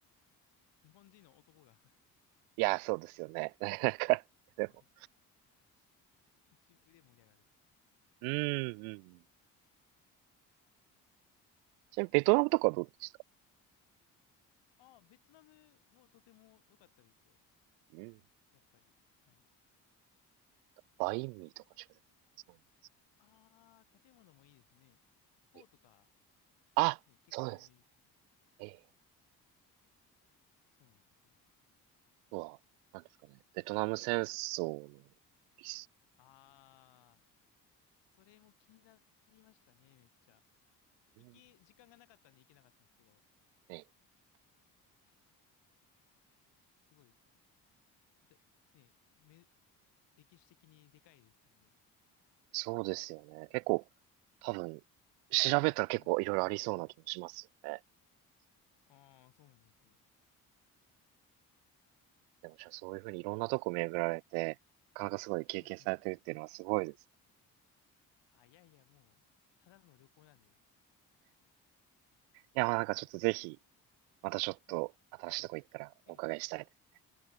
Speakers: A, on the left; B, on the right.
A: 日本人の男が
B: いや、そうですよね。<laughs> なんか、でも、
A: <laughs> 一部で盛り上がる。
B: うん、うんうん。ちなみにベトナムとかはどうでした
A: ああ、ベトナムもとても良かったですよ。
B: うん。
A: やっぱり。はい。
B: バインミーとかしか出てこないそ
A: ああ、食べ物もいいですね。フォーとか、
B: うえあ、
A: ね、結構有名ですもんね。
B: そうですね。ええ、
A: そうなんですよ。
B: うなんですかね。ベトナム戦争の、
A: はい。
B: いっ
A: ああ、それも気になりましたね、めっちゃ。行け、
B: うん
A: 時間がなかったんで行けなかったんですけど、
B: ね
A: すごい、で、ね、め、歴史的にでかいですもんね。
B: そうですよね。結構、多分、調べたら結構いろいろありそうな気もしますよね。
A: はい。ああ、そうなんですよ。
B: でも、じゃあそういうふうにいろんなとこ巡られて、なかなかすごい経験されてるっていうのはすごいですね。
A: はい、はい。あ、いやいや、もう、ただの旅行なんで。
B: いや、まあなんかちょっとぜひ、またちょっと新しいとこ行ったらお伺いしたいです
A: はい。ええ